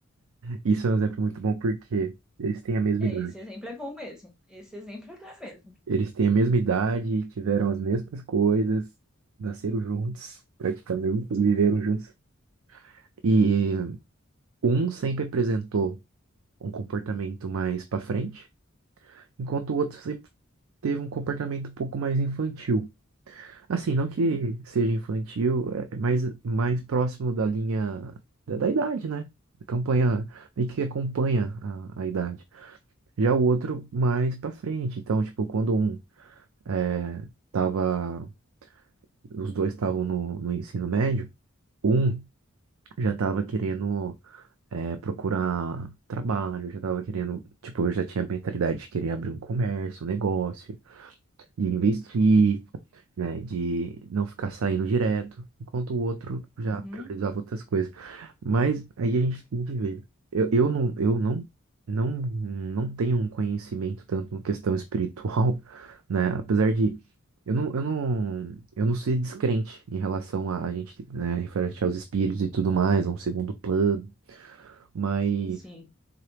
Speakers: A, on the right; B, in the centre.
A: Isso é um exemplo muito bom porque eles têm a mesma
B: É,
A: idade.
B: esse exemplo é bom mesmo. Esse exemplo é bom mesmo.
A: Eles têm a mesma idade, tiveram as mesmas coisas, nasceram juntos, praticamente, viveram juntos. E um sempre apresentou um comportamento mais pra frente, enquanto o outro sempre teve um comportamento um pouco mais infantil. Assim, não que
B: Sim.
A: seja infantil, é mais, mais próximo da linha da, da idade, né? Campanha, meio que acompanha a, a idade. Já o outro mais pra frente. Então, tipo, quando um é, tava. Os dois estavam no, no ensino médio, um já tava querendo é, procurar trabalho, já tava querendo. Tipo, eu já tinha a mentalidade de querer abrir um comércio, um negócio, de investir. né? De não ficar saindo direto, enquanto o outro
B: Uhum.
A: já priorizava outras coisas. Mas aí a gente tem que ver. Eu, eu não, eu não, não, não tenho um conhecimento tanto em questão espiritual, <laughs> né? Apesar de eu não, eu não, eu não ser descrente em relação a, a gente, né, referente aos espíritos e tudo mais, a um segundo plano, mas
B: Sim, sim,